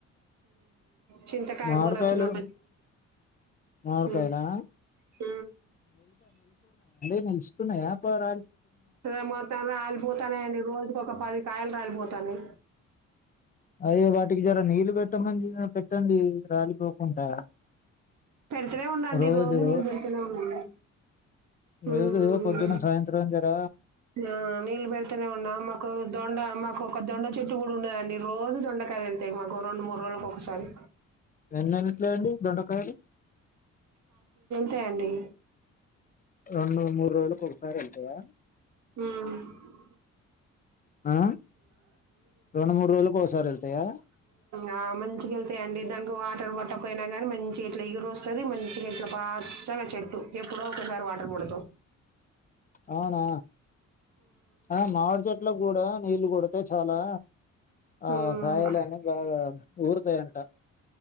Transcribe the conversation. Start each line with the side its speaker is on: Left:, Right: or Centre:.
Right: చింత కయ
Left: మామిడికాయలు
Right: బచ్చట
Left: మామిడికాయలా
Right: చ హ
Left: నలికున్నా పోాల
Right: ే మొత్తాం రాలిపోతానేండి రోజుకి ఒక పది కాయలు రాలిపోతాను
Left: అయే వాటికి జర నీళ్ళు పెట్టమని పెట్టండి రాలిపోక కుంటా
Right: పెడుతూనే ఉండండి
Left: రోజు
Right: నీళ్ళు పెడుతూనే ఉండండి ఉమ్
Left: ఏజో పొద్దున్న సాయంత్రం జార
Right: ఆ నీళ్ళ పెడుతనే ఉన్నా మాకు దొండ మాకు ఒక దొండ చు ఇూ కూడా ఉండదండి రోజు దొండకాలు వెళ్తాయి మాగో రెండు మూ రోుల ఒకసారి
Left: ఎన్నిట్డి దొండకాయారి
Right: తెేనడి
Left: రెండు మూడు రోజులలకు ఒకసారి వెళ్ంటయా
Right: ఆ
Left: ఆ? రెండు మూడు రోజులకు ఒకసారి వెళ్తాయా
Right: ఆ ఆ మంచికిళ్తాయంండి దంగా బట్టర్ బట్ట పోయినా ని మంచి ఇట్లా ఎగురు వస్తుంది మంచిగా ఇట్లా పచ్చగా చెట్టు ఇప్పుడ ఒకసారి వాటర్ పడతా
Left: అవునా ఆ మామిడి చెట్లో కూడా నీళ్ళు కొడితే చాలా ఆ
Right: ఉమ్
Left: కాయాలని బాగా ఊరుతాయంట